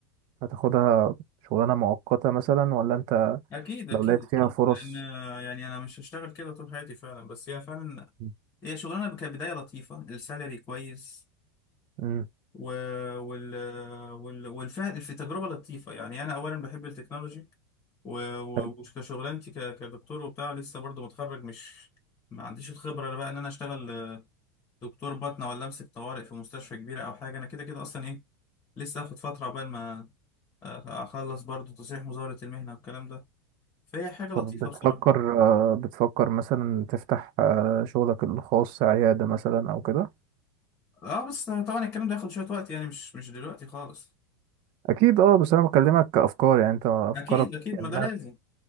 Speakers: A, on the right; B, on the left.
A: هتاخدها شغلانة مؤقتة مثلا ولا انت
B: أكيد أكيد
A: لو لقيت فيها
B: أكيد
A: فرص
B: لأن آه، يعني أنا مش هشتغل كده طول حياتي فعلا بس هي فعلا
A: مم.
B: هي شغلانه كبدايه لطيفه السالري كويس
A: مم.
B: و... وال... وال... والفهم في تجربه لطيفه يعني انا اولا بحب التكنولوجي و... و...
A: حلو.
B: وكشغلانتي ك... كدكتور وبتاع لسه برضو متخرج مش ما عنديش الخبره بقى ان انا اشتغل آه، دكتور باطنه ولا امسك طوارئ في مستشفى كبيره او حاجه انا كده كده اصلا ايه لسه هاخد فتره عقبال ما آه، اخلص برضو تصحيح مزاوله المهنه والكلام ده فهي حاجه لطيفه
A: طب بتفكر
B: بصراحه
A: آه، بتفكر مثلا تفتح آه، شغلك الخاص عيادة مثلا او كده
B: اه بس طبعا الكلام ده ياخد شويه وقت يعني مش مش دلوقتي خالص
A: اكيد اه بس انا بكلمك كافكار يعني انت افكارك
B: اكيد اكيد
A: يعني
B: ما ده لازم